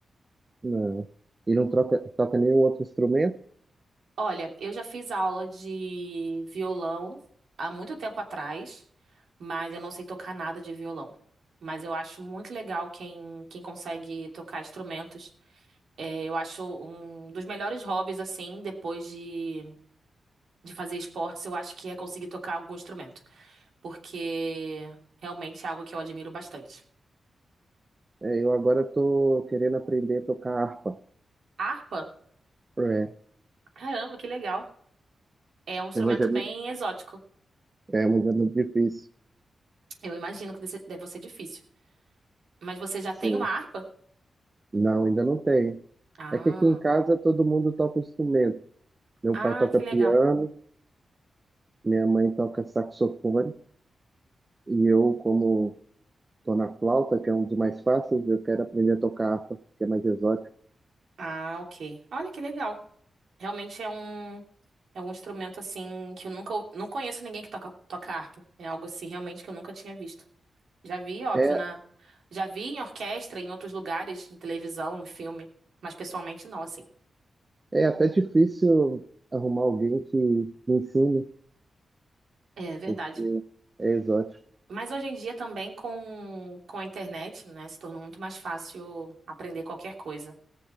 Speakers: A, on the right; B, on the right.
A: Não. E não troca, toca nenhum outro instrumento?
B: Olha, eu já fiz aula de violão há muito tempo atrás, mas eu não sei tocar nada de violão. Mas eu acho muito legal quem, quem consegue tocar instrumentos. É, eu acho um dos melhores hobbies, assim, depois de, de fazer esportes, eu acho que é conseguir tocar algum instrumento. Porque realmente é algo que eu admiro bastante.
A: É, eu agora estou querendo aprender a tocar harpa.
B: Harpa?
A: É,
B: Caramba, que legal. É um instrumento
A: mas é muito,
B: bem exótico.
A: é, mas é muito difícil.
B: Eu imagino que deve ser deve ser difícil. Mas você já
A: Sim.
B: tem uma harpa?
A: Não, ainda não tem.
B: Ah.
A: É que aqui em casa todo mundo toca instrumento. Meu
B: Ah,
A: pai toca
B: que
A: piano,
B: legal.
A: minha mãe toca saxofone, e eu, como estou na flauta, que é um dos mais fáceis, eu quero aprender a tocar harpa, que é mais exótico.
B: Ah, ok. Olha que legal. Realmente é um é um instrumento assim que eu nunca ou- não conheço ninguém que toca toca harpa. É algo assim realmente que eu nunca tinha visto. Já vi, óbvio,
A: É,
B: na já vi em orquestra, em outros lugares, em televisão, em filme, mas pessoalmente não, assim.
A: é até difícil arrumar alguém que me ensine,
B: É verdade.
A: porque é exótico,
B: Mas hoje em dia também com com a internet, né, se tornou muito mais fácil aprender qualquer coisa.